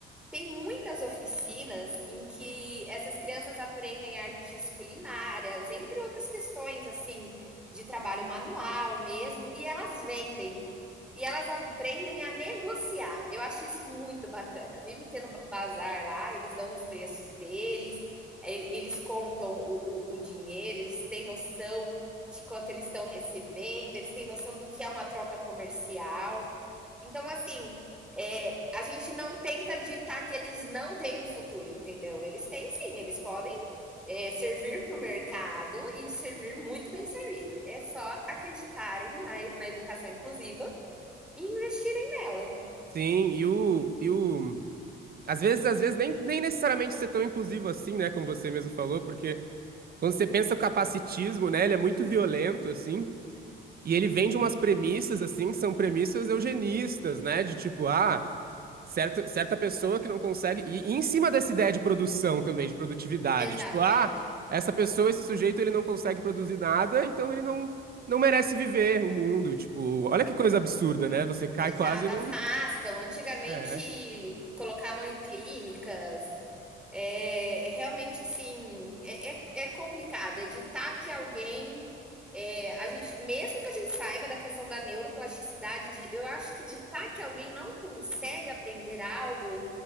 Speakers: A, in the centre; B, on the right.
A: Tem muitas oficinas em que essas crianças aprendem artes culinárias, entre outras questões, assim, de trabalho manual mesmo, e elas vendem. E elas aprendem a negociar. Eu acho isso muito bacana. Vive tendo bazar lá, eles dão os preços deles, eles contam o, o, o dinheiro, eles têm noção de quanto eles estão recebendo, eles têm noção do que é uma troca comercial. Então, assim, é, a gente não tenta ditar que eles não têm um futuro, entendeu? Eles têm sim, eles podem é, servir para o mercado e servir muito bem servido. É só acreditarem na, na educação inclusiva e investirem nela.
B: Sim, e o, e o... Às vezes, às vezes, nem, nem necessariamente ser tão inclusivo assim, né? Como você mesmo falou, porque Quando você pensa o capacitismo, né? Ele é muito violento, assim. E ele vem de umas premissas, assim, que são premissas eugenistas, né? De tipo, ah, certa, certa pessoa que não consegue. E, e em cima dessa ideia de produção também, de produtividade.
A: Exatamente.
B: Tipo, ah, essa pessoa, esse sujeito, ele não consegue produzir nada, então ele não, não merece viver o mundo. Tipo, olha que coisa absurda, né? Você cai
A: Exato,
B: quase num.
A: afastam. Antigamente
B: É.
A: colocavam em clínicas, É, é realmente assim, é, é, é complicado editar que alguém. é, a gente, mesmo que a gente saiba da questão da neuroplasticidade, de- eu acho que ditar que alguém não consegue aprender algo,